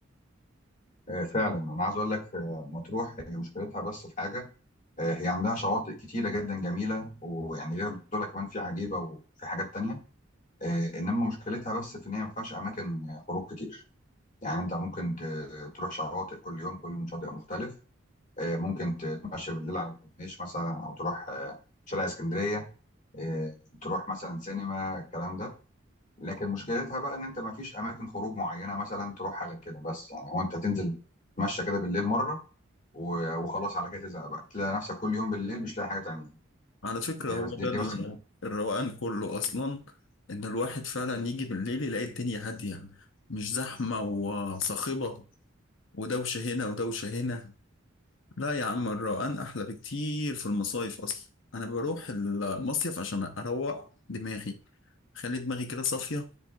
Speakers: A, on the left; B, on the left.
A: آه، فعلا أنا عايز أقول لك في مطروح هي مشكلتها بس في حاجة آه، هي عندها شواطئ كتيرة جدا جميلة ويعني غير دول كمان في عجيبة وفي حاجات تانية آه، إنما مشكلتها بس في إن هي ما فيهاش أماكن خروج كتير يعني أنت ممكن ت- تروح شواطئ كل يوم كل يوم شاطئ مختلف آه، ممكن تتمشى بالليل على الكورنيش مثلا او تروح آه، شارع اسكندريه آه، تروح مثلا سينما الكلام ده لكن مشكلتها بقى ان انت ما فيش اماكن خروج معينه مثلا تروحها غير كده بس يعني هو انت تنزل تتمشى كده بالليل مره و- وخلاص على كده تزهق بقى تلاقي نفسك كل يوم بالليل مش لاقي حاجه تعملها
B: على فكرة
A: هي
B: هو
A: بس دي,
B: ده
A: دي
B: ال-
A: بس
B: الروقان كله أصلا إن الواحد فعلا يجي بالليل يلاقي الدنيا هادية مش زحمة وصاخبة ودوشة هنا ودوشة هنا لا يا عم الروقان أحلى بكتير في المصايف أصلا أنا بروح المصيف عشان أروق دماغي خلي دماغي كده صافية